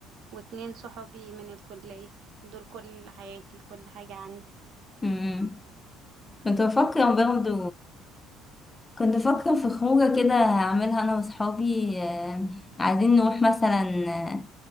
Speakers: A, on the right; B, on the left.
A: واتنين صحابي من الكلية دول كل حياتي كل حاجة عندي
B: مم. كنت بفكر برضه كنت بفكر في خروجة كده هعملها انا واصحابي آه، عايزين نروح مثلا